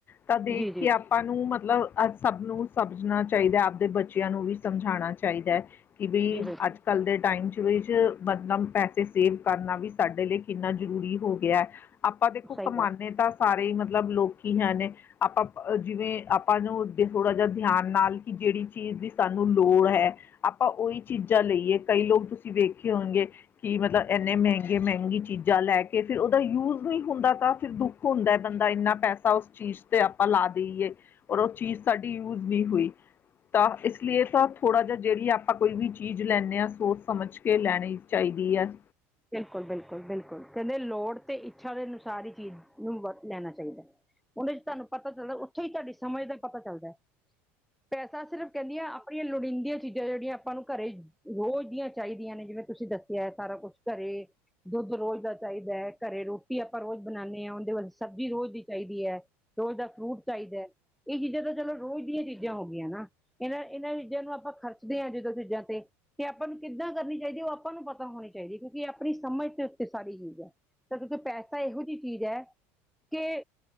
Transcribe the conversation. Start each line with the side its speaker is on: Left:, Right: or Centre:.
Left: ਤਾਂ ਦੇਖ
Centre: ਜੀ ਜੀ
Left: ਕੇ ਆਪਾਂ ਨੂੰ ਮਤਲਬ ਆ ਸਭ ਨੂੰ ਸਮਝਣਾ ਚਾਹੀਦਾ ਆਪਦੇ ਬੱਚ। ਬੱਚਿਆਂ ਨੂੰ ਵੀ ਸਮਝਾਉਣਾ ਚਾਹੀਦਾ ਐ। ਕਿ ਬਈ
Centre: ਜੀ ਬਿਲਕੁਲ
Left: ਅੱਜ ਕੱਲ੍ ਦੇ ਟਾਈਮ 'ਚ ਵਿੱਚ ਮਤਲਬ ਪੈਸੇ ਸੇਵ ਕਰਨਾ ਵੀ ਸਾਡੇ ਲਈ ਕਿੰਨਾ ਜ਼ਰੂਰੀ ਹੋ। ਗਿਆ ਐ ਆਪਾਂ ਦੇਖੋ
Centre: ਸਹੀ
Left: ਕਮਾਨੇ
Centre: ਗੱਲ
Left: ਤਾਂ ਸਾਰੇ ਹੀ ਮਤਲਬ ਲੋਕੀ ਹੈ ਨੇ। ਆਪਾਂ ਜਿਵੇਂ ਆਪਾਂ ਨੂੰ ਥੋੜ੍ਹਾ ਜਿਹਾ ਧਿਆਨ ਨਾਲ ਕਿ ਜਿਹੜੀ। ਚੀਜ਼ ਦੀ ਸਾਨੂੰ ਲੋੜ ਹੈ ਆਪਾਂ ਉਹੀ ਚੀਜ਼ਾਂ ਲਈਏ ਕਈ ਲੋਕ ਤੁਸੀਂ ਵੇਖੇ ਹੋਣਗੇ ਕਿ ਮਤਲਬ ਇੰਨੇ ਮਹਿੰਗੇ-ਮਹਿੰਗੀ ਚੀਜ਼ਾਂ ਲੈ ਕੇ ਫਿਰ ਉਹਦਾ ਯੂਜ ਨਹੀਂ ਹੁੰਦਾ ਤਾਂ। ਫਿਰ ਦੁੱਖ ਹੁੰਦਾ ਬੰਦਾ ਇੰਨਾ ਪੈਸਾ ਉਸ ਚੀਜ਼ ਤੇ ਤੇ ਆਪਾਂ ਲਾ ਦੇਈਏ, ਔਰ ਉਹ ਚੀਜ਼ ਸਾਡੀ ਯੂਜ਼ ਵੀ ਹੋਈ। ਤਾਂ ਇਸ ਲਈ ਤਾਂ ਥੋੜ੍ਹਾ ਜਿਹਾ ਜਿਹੜੀ ਆਪਾਂ ਕੋਈ ਵੀ ਚੀਜ਼ ਲੈਂਨੇ ਹਾਂ ਸੋਚ ਸਮਝ ਕੇ ਲੈਣੀ ਚਾਹੀਦੀ ਹੈ।
Centre: ਬਿਲਕੁਲ-ਬਿਲਕੁਲ-ਬਿਲਕੁਲ, ਕਹਿੰਦੇ ਲੋੜ ਤੇ ਇੱਛਾ ਦੇ ਅਨੁਸਾਰ ਹੀ ਚੀਜ਼ ਨੂੰ ਵ ਲੈਣਾ ਚਾਹੀਦਾ ਹੈ। ਉਹਦੇ ਚ' ਤੁਹਾਨੂੰ ਪਤਾ ਚੱਲਦਾ ਹੈ। ਉੱਥੋਂ ਹੀ ਤੁਹਾਡੀ ਸਮਝ ਦਾ ਪਤਾ ਚੱਲਦਾ ਹੈ। ਪੈਸਾ ਸਿਰਫ ਕਹਿੰਦੀਆਂ ਆਪਣੀਆਂ ਲੋੜੀਂਦੀਆਂ ਚੀਜ਼ਾਂ ਜਿਹੜੀਆਂ ਆਪਾਂ ਨੂੰ ਘਰੇ ਰੋਜ਼ ਦੀਆਂ ਚਾਹੀਦੀਆਂ ਨੇ ਜਿਵੇਂ ਤੁਸੀਂ ਦੱਸਿਆ ਹੈ ਸਾਰਾ ਕੁਛ ਘਰੇ ਦੁੱਧ ਰੋਜ਼ ਦਾ ਚਾਹੀਦਾ ਹੈ। ਘਰੇ ਰੋਟੀ ਆਪਾਂ ਰੋਜ਼ ਬਣਾਉਂਦੇ ਹਾਂ। ਉਹਦੇ ਵਸ ਸਬਜ਼ੀ ਰੋਜ਼ ਦੀ ਚਾਹੀਦੀ ਹੈ। ਰੋਜ਼ ਦਾ ਫਰੂਟ ਚਾਹੀਦਾ ਹੈ। ਇਹ ਚੀਜ਼ਾਂ ਤਾਂ ਚਲੋ ਰੋਜ਼ ਦੀਆਂ ਚੀਜ਼ਾਂ ਹੋ ਗਈਆਂ ਨਾ, ਇਹਨਾਂ-ਇਹਨਾਂ ਚੀਜਾ ਨੂੰ ਆਪਾਂ ਖਰਚਦੇ ਹਾਂ ਜਦੋਂ ਚੀਜ਼ਾਂ ਤੇ, ਤੇ ਆਪਾਂ ਨੂੰ ਕਿੱਦਾਂ ਕਰਨੀ ਚਾਹੀਦੀ ਹੈ। ਉਹ ਆਪਾਂ ਨੂੰ ਪਤਾ ਹੋਣੀ ਚਾਹੀਦੀ ਹੈ। ਕਿ ਆਪਣੀ ਸਮਝ ਤੇ ਉੱਤੇ ਸਾਰੀ ਚੀਜ ਹੈ ਤਾਂ ਦਜਿਉਂਕਿ ਪੈਸੇ ਤਾਂ ਇਹੋ ਜਿਹੀ ਚੀਜ਼ ਹੈ। ਕਿ